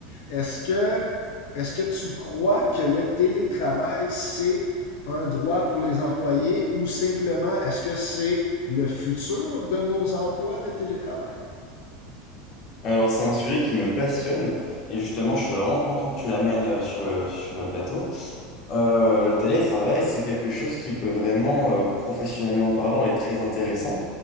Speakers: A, on the left (about 75°); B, on the left (about 35°).
A: Est-ce que, est-ce que tu crois que le télétravail, c'est un droit pour les employés ou simplement est-ce que c'est le futur de nos emplois, le télétravail?
B: Alors, c'est un sujet qui me passionne et justement, je suis vraiment content que tu l'amènes euh, sur le, sur le plateau. Euh, le télétravail, c'est quelque chose qui peut vraiment, euh, professionnellement parlant, être très intéressant.